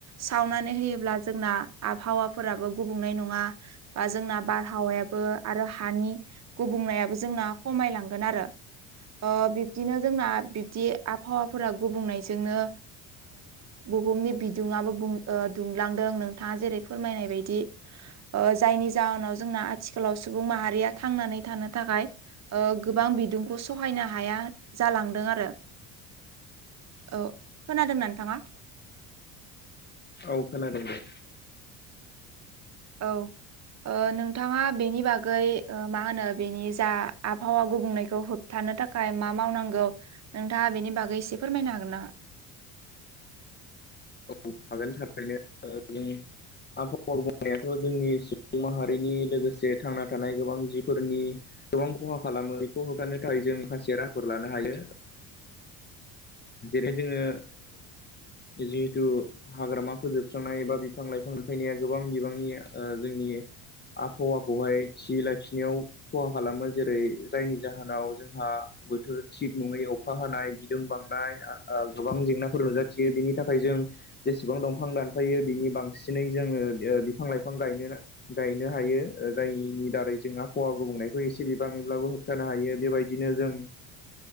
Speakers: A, on the right; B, on the left.
A: सावनानै होयो ब्ला जोंना आबहावाफोराबो गुबुंनाय नङा बा जोंना बारहावा याबो आरो हानि गुबुंनायाबो जोंना खमायलांगोन आरो ओ बिबदिनो जोंना बिबदि आबहावाफोरा गुबुंनायजोंनो बुहुमनि बिदुङाबो बुं ओ दुंलांदों नोंथाङा जेरै फोरमायनाय बायदि ओ जायनि जाहोनाव जोंना आथिखालाव सुबुं माहारिया थांनानै थानो थाखाय ओ गोबां बिदुंखौ सहायनो हाया जालांदों आरो औ खोनादोंना नोंथाङा
B: औ खोनादों दे
A: औ ओ नोंथाङा बेनि बागै ओ मा होनो बेनि जा आबहावा गुबुंनायखौ होब थानो थाखाय मा मावनांगौ नोंथाङा बेनि बागै एसे फोरमायनो हागोन नामा
B: <unintelligible> आबहावा गुबुंनायाथ जोंनि सुबुं माहारिनि लोगोसे थांना थानाय गोबां जिफोरनि गोबां खहा खालामो बेखौ होबथानो थाखाय जों माखासे राहाफोर लानो हायो जेरै जोङो जिहेथु हाग्रामा फोजोबस्रांनाय एबा बिफां लाइफां लुफायनाया गोबां बिबांनि जोंनि आबहावाखौहाय थियै लाखिनायाव खहा खालामो जेरै जायनि जाहोनाव जोंहा बोथोर थिग नङैयाव अखा हानाय बिदुं बांनाय गोबां जेंनाफोर नुजाथियो बेनि थाखाय जों जेसेबां दंफां दानफायो बिनि बांसिनै जोङो बिफां लाइफां गायनो गायनो हायो जायनि दारै जों आबहावा गुबुंनायखौ एसे बिबाङैब्लाबो होबथानो हायो बेबायदिनो जों